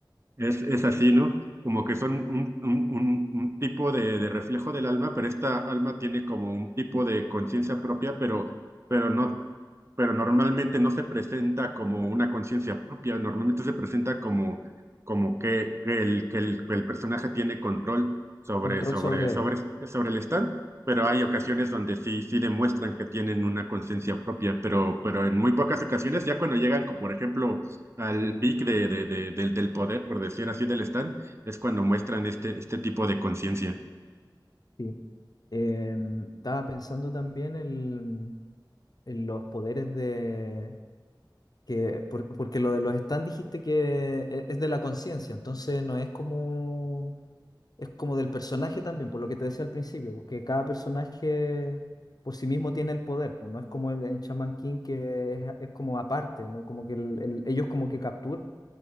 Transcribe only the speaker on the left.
control
sobre
él,
sí. Em, estaba pensando también el- en los poderes de Que, por- porque lo de los stands dijiste que e- es de la conciencia, entonces no es como, es como del personaje también, por lo que te decía al principio, porque cada personaje por sí mismo tiene el poder, pues, no es como el, en Shaman King que es, es como aparte, ¿no? Como que el- el- ellos como que capturan